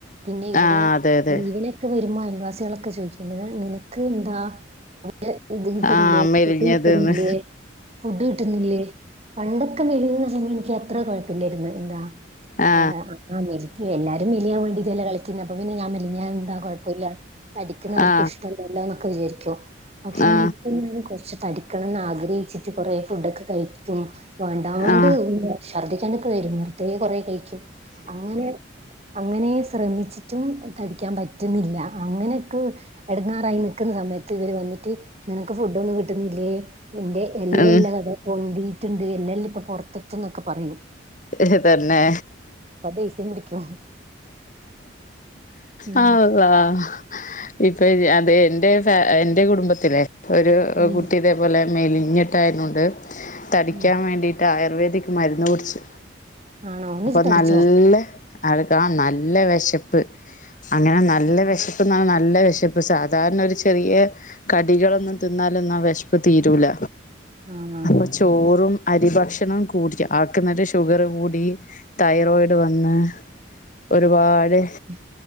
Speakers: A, on the right (about 35°); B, on the left (about 40°).
A: പിന്നെ ഇവിടെ
B: ആ അതെ അതെ
A: ലീവിന് ക്കെ വരുമ്പോ അയൽവാസ്യേളൊക്കെ ചോദിക്കും ന്ന് നിനക്ക് ന്താ അവിടെ ഇത് കിട്ടുന്നില്ലേ
B: ആ മെലിഞ്ഞത്ന്ന്
A: ഫുഡ് കിട്ടുന്നില്ലേ ഫുഡ് കിട്ടുന്നില്ലേ പണ്ടൊക്കെ മെലിഞ്ഞ് ന്ന് പറയുമ്പം എനിക്ക് അത്ര കൊഴപ്പല്ലേര്ന്ന്. എന്താ
B: ആ
A: ഏഹ് ആഹ് മെലിക്ക് എല്ലാരും മെലിയാൻ വേണ്ടീട്ടല്ലേ കളിക്കുന്നെ അപ്പ പിന്നെ ഞാൻ മെലിഞ്ഞാലെന്താ കൊഴപ്പയില്ല. തടിക്കുന്ന ആര്ക്കും
B: ആ
A: ഇഷ്ടല്ലല്ലോ എന്നൊക്കെ വിചാരിക്കും പക്ഷെങ്കിൽ
B: ആ
A: ഇപ്പം ഞാന് കൊറച്ച് തടി ക്കണംന്ന് ആഗ്രഹിച്ചിട്ട് കൊറേ ഫുഡൊക്കെ കഴിക്കും. വേണ്ടാണ്ട്
B: ആ
A: <unintelligible> ഛർദ്ദിക്കാനൊക്കെ വരും വെറുതെ കൊറെ കഴിക്കും. അങ്ങനെ അങ്ങനേ ശ്രമിച്ചിട്ടും തടിക്കാൻ പറ്റുന്നില്ല. അങ്ങനെയൊക്ക് എടങ്ങാറായി നിക്കുന്ന സമയത്ത് ഇവര് വന്നിട്ട് നിനക്ക് ഫുഡോന്നും കിട്ടുന്നില്ലേ നിന്റെ എല്ലെല്ലാം
B: ഉം
A: ഇതാ പൊന്തീട്ടുണ്ട് എല്ലെല്ലാം ഇപ്പൊ പൊറത്തെത്തുംന്നൊക്കെ പറയും.
B: എഹ് തന്നെ.
A: ദേസ്യം പിടിക്കും. ഉം
B: ആ ളളാഹ്. ഇപ്പൊ അതെ എന്റെ ഫ എന്റെ കുടുംബത്തിലെ ഒരു
A: ഉം
B: കുട്ടി ഇതേപോലെ മെലിഞ്ഞിട്ടായിരുന്നോണ്ട് തടിക്കാൻ
A: ഉം
B: വേണ്ടി ട്ടായുർവേദിക് മരുന്ന് കുടിച്ച്.
A: ആണോ എന്നിട്ട്
B: അപ്പം
A: തടിച്ചോ?
B: നല്ല ആൾക്കാണെ നല്ല വെശപ്പ് അങ്ങനെ നല്ല
A: ഉം
B: വെശ പ്പന്നാണ് നല്ല വെശപ്പ്. സാധാരണ ഒരു ചെറിയ. കടികളൊന്നും തിന്നാലൊന്നും ആ വെശപ്പ് തീരൂല.
A: ആഹ്.
B: അപ്പൊ ചോറും അരി ഭക്ഷണം കൂടിറ്റ് ആക്ക്‌ന്നലെ ഷുഗറ് കൂടി. തൈറോയിഡ് വന്ന് ഒരുപാട്.
A: ഉം